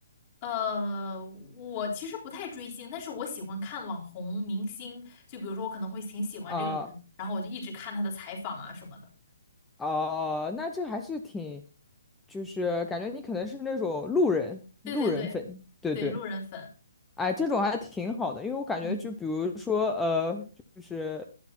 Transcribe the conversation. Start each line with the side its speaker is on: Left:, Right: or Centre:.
Left: 呃，我其实不太追星，但是我喜欢看网红明星，就比如说我可能会挺喜欢这个人，
Centre: 啊
Left: 然后我就一直看他的采访啊什么的。
Centre: 哦，那这还是挺，就是感觉你可能是那种路人路人粉，
Left: 对对对
Centre: 对对。
Left: 对，路人粉，
Centre: 哎，这种还挺好的，因为我感觉就比如说，
Left: 嗯，
Centre: 呃，就是